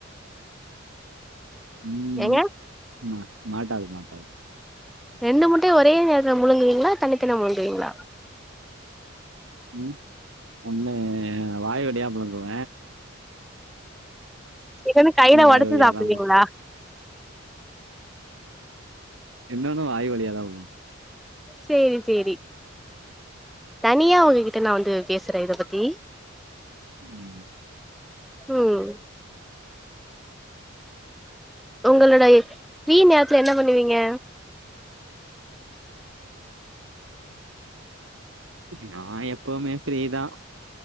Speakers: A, on the right; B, in the centre.
A: ம்
B: ஏங்க
A: மா மாட்டாது மாட்டாது
B: ரெண்டு முட்டைய ஒரே நேரத்ல முழுங்குவீங்ளா தனித்தனியா முழுங்குவீங்ளா
A: ம் ஒண்ணு வாய்வழியா முழுங்குவ
B: இன்னொன்னு கையில ஒடச்சு
A: வாய் வழியாதா
B: சாப்டுவீங்ளா
A: இன்னொன்னும் வாய் வழியாதான் போ
B: சேரி சேரி தனியா உங்ககிட்ட நா வந்து பேசுற இத பத்தி
A: ம்
B: ம் உங்களுடய ஃப்ரீ நேரத்துல என்ன பண்ணுவீங்க
A: நா எப்பவுமே ஃப்ரீதா